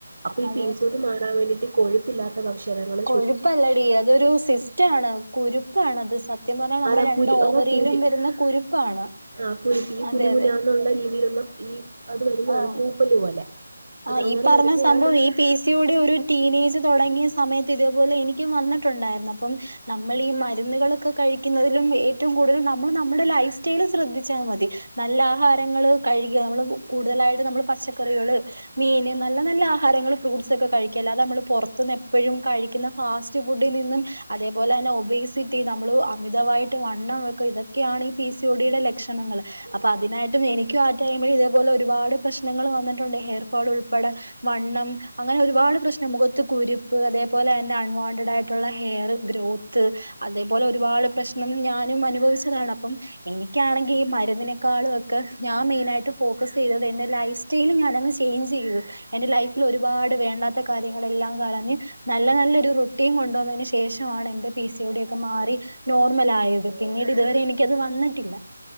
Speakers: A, on the right (about 55°); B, on the right (about 80°).
A: അപ്പ
B: അതെ
A: ഈ പീ സി ഒ ടി മാറാൻ വേണ്ടിയിട്ട് കൊഴുപ്പില്ലാ ത്ത ഭക്ഷണങ്ങള്
B: കൊഴുപ്പല്ലടീ അതൊരു സിസ്റ്റാണ് കുരുപ്പാണത് സ ത്യം പറഞ്ഞാ നമ്മുടെ
A: അതാ
B: രണ്ട്
A: കുരു
B: ഓവറിയിലും
A: അതാ കുരു
B: വരുന്ന കുരുപ്പാണ്.
A: ആ കുരുപ്പ് ഈ
B: അതെ
A: കുനുകുനാന്നുള്ള
B: അതെ.
A: രീതിയിലുള്ള ഈ അത് വരുന്നതാണ്
B: ആഹ്
A: പൂപ്പല് പോലെ. അത്
B: ആഹ്
A: അങ്ങനെ
B: ഈ പറഞ്ഞ
A: വരുന്നതാണ്
B: സംഭവം ഈ പീ സ് സി ഒ ടി കൂടി ഒരു ടീനേജ് തുടങ്ങിയ സമയത്ത് ഇതേപോലെ എനിക്കും വന്നിട്ടുണ്ടായിരുന്നു. അപ്പം നമ്മൾ ഈ മരുന്നുകളൊക്കെ കഴിക്കുന്നതിലും ഏറ്റവും കൂടുതൽ നമ്മൾ നമ്മടെ ലൈഫ് സ്റ്റൈല് ശ്രദ്ധിച്ചാ മതി. നല്ലാഹാരങ്ങള് കഴിക്ക്യ നമ്മള് കൂടുതലായിട്ട് നമ്മള് പച്ചക്കറികള്. മീന് നല്ല നല്ല ആഹാരങ്ങൾ ഫ്രൂട്ട്സൊക്കെ കഴിക്കല് അത് നമ്മള് പൊറത്ത്ന്ന് എപ്പഴും കഴിക്കുന്ന ഫാസ്റ്റ് ഫുഡി നിന്നും അതേപോലെ തന്നെ ഒബേസിറ്റി നമ്മള് അമിതമായിട്ട് വണ്ണം വെക്കും ഇതൊക്കെയാണ് ഈ പി സി ഒഡിയുടെ ലക്ഷണങ്ങള് അപ്പൊ അതിനായിട്ടും എനിക്കും ആ ടൈമിൽ ഇതേപോലെ ഒരുപാട് പ്രശ്നങ്ങൾ വന്നിട്ടുണ്ട് ഹെയർ ഫോൾ ഉൾപ്പെടെ വണ്ണം അങ്ങനെ ഒരുപാട് പ്രശ്നം മുഖത്ത് കുരുപ്പ് അതേപോലെ തന്നെ അൺവാണ്ടഡ് ആയിട്ട് ട്ടൊള്ള ഹെയറ് ഗ്രോത്ത് അതേപോലെ ഒരുപാട് പ്രശ്നം ഞാനും അനുഭവിച്ചതാണ് അപ്പം എനിക്കാണെങ്കി ഈ മരുന്നിനെക്കാളും ഒക്കെ ഞാൻ മെയിനായിട്ട് ഫോക്കസ് ചെയ്തത് എൻ്റെ ലൈഫ് സ്റ്റൈല് ഞാനങ്ങ് ചെയ് ചേയ്ഞ്ച് ചെയ്തു എൻ്റെ ലൈഫില് ഒരുപാട് വേണ്ടാത്ത കാര്യങ്ങളെല്ലാം കളഞ്ഞ് നല്ല നല്ലൊരു റൊട്ടീൻ കൊണ്ടുവന്നേന് ശേഷാണ് എൻ്റെ പി സിയോടി ഒക്കെ മാറി നോർമൽ ആയത് പിന്നീട് ഇതുവരെ എനിക്കത് വന്നിട്ടില്ലാ